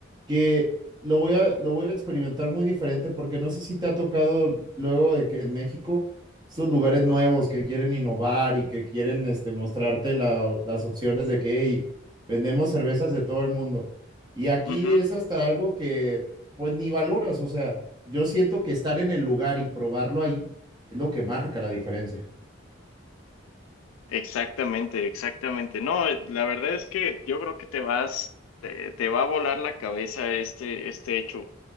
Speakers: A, on the right (about 20°); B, on the left (about 80°).
A: que lo voy a, lo voy a experimentar muy diferente porque no sé si te ha tocado luego de que en México estos lugares
B: Ajá.
A: nuevos que quieren innovar y que quieren este, mostrarte la- las opciones de que "Hey, vendemos cervezas de todo el mundo. Y aquí
B: Ujú.
A: es hasta algo que pues ni valoras, o sea, yo siento que estar en el lugar y probarlo ahí es lo que marca la diferencia.
B: Exactamente, exactamente. No, eh, la verdad es que yo creo que te vas, te, te va a volar la cabeza este, este hecho.